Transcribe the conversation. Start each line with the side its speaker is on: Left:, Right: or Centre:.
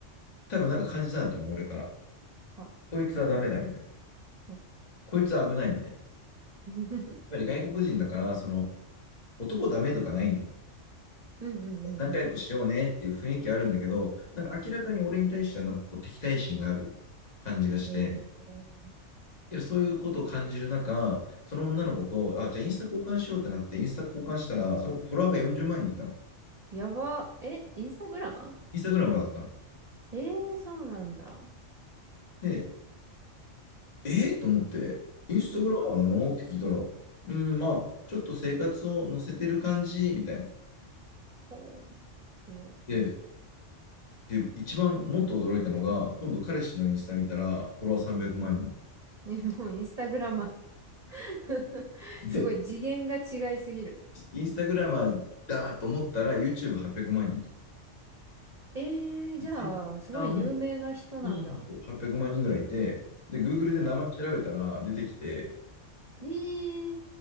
Left: 多分なんか感じたんだと思う、俺から。
Right: あ、
Left: こいつはダメだみたいな。
Right: そ
Left: こいつは危ないみたいな。やっ
Right: う。<laughs>
Left: ぱり外国人だから、その、男ダメとかないんだよ。
Right: うんうんうんうん。
Left: 仲良くしようねっていう雰囲気あるんだけど、なんか明らかに俺に対してはなんかこう敵対心がある感じがして、
Right: えー、
Left: そういうことを感じる中、その女の子と、あ、じゃあインスタ交換しようってなって、インスタ交換したら、その子フォロワーが40万人いたの。
Right: やば。え、インスタグラマ
Left: インスタグラマーだったの。
Right: ーえー、そうなんだ。
Left: で、えー、と思って、インスタグラマーなのって聞いたら、
Right: うん。
Left: うーん、まあ、ちょっと生活を載せてる感じ、みたいな。
Right: ほう、すごい。
Left: で、で、一番もっと驚いたのが、今度彼氏のインスタ見たら、フォロワー300万人。
Right: <laughs> ね、もうインスタグラマー <laughs>
Left: で、
Right: すごい次元が違いすぎる。
Left: インスタグラマーだと思ったら YouTube800 万人いた。
Right: ええーじゃあ、
Left: Twitter
Right: すごい有名な人なんだ。
Left: も、そうそうそうそう、800万人ぐらいいて、で、Google で名前調べたら出てきて、
Right: え、ええ